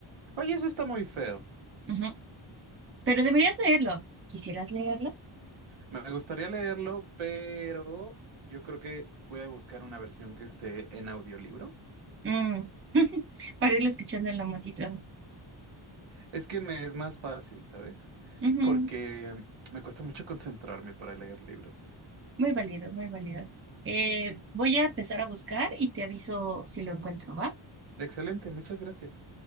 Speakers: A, on the right; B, on the right.
A: Oye, eso está muy feo.
B: Ujú. Pero deberías leerlo. ¿Quisieras leerlo?
A: Me gustaría leerlo, pero yo creo que voy a buscar una versión que esté en audiolibro.
B: Mm. <laughs> para irlo escuchando en la motito.
A: Es que me es más fácil, ¿sabes?
B: Ujú,
A: Porque me cuesta mucho concentrarme para leer libros.
B: Muy válido, muy válido. Eh, voy a empezar a buscar y te aviso si lo encuentro, ¿va?
A: Excelente, muchas gracias.